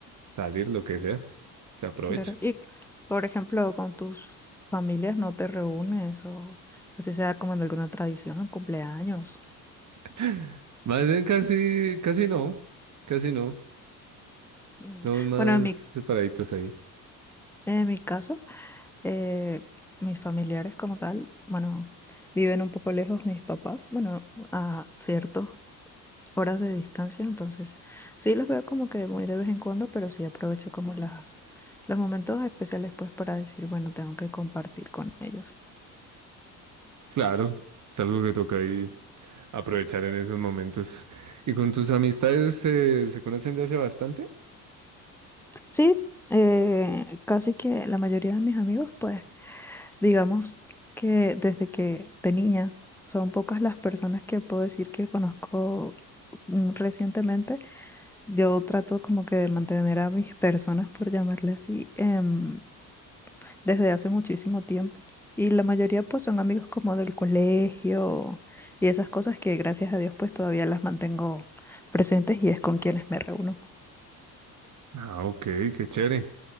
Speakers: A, on the right; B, in the centre.
A: salir, lo que sea. Se aprovecha.
B: Claro. Y, por ejemplo, con tus familias no te reúnes o así sea como en alguna tradición, cumpleaños.
A: <laughs> Más bien casi, casi no, casi no.
B: Mm,
A: Somos más
B: Bueno, en mi,
A: separaditos ahí.
B: en mi caso, eh, mis familiares como tal, bueno, viven un poco lejos mis papás, bueno, a ciertas horas de distancia, entonces sí los veo como que muy de vez en cuando, pero sí aprovecho como las, los momentos especiales pues para decir, bueno, tengo que compartir con ellos.
A: Claro, es algo que toca ahí Aprovechar en esos momentos. ¿Y con tus amistades eh, se conocen de hace bastante?
B: Sí, eh, casi que la mayoría de mis amigos pues Digamos que desde que de niña son pocas las personas que puedo decir que conozco mm, recientemente. Yo trato como que de mantener a mis personas, por llamarle así, em, desde hace muchísimo tiempo. Y la mayoría pues son amigos como del colegio y esas cosas que gracias a Dios pues todavía las mantengo presentes y es con quienes me reúno.
A: Ah, ok, qué chévere.